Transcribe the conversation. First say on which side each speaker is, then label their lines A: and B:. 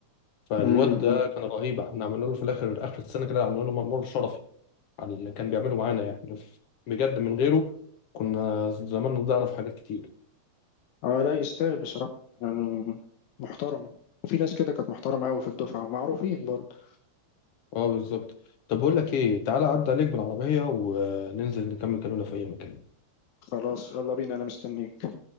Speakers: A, on the left; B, on the left.
A: فالواد
B: امم
A: ده كان رهيب احنا عملنا له في الآخر آخر السنة كده عملنا له ممر شرفي على اللي كان بيعمله معانا يعني بجد من غيره كنا زماننا ضيعنا في حاجات كتير
B: اه لا يستاهل بصراحه يعني محترم وفي ناس كده كانت محترمه قوي في الدفعه ومعروفين برضه
A: اه بالظبط طب بقول لك ايه تعالى عدى عليك بالعربية وننزل نكمل كلامنا في اي مكان
B: خلاص يلا بينا انا مستنيك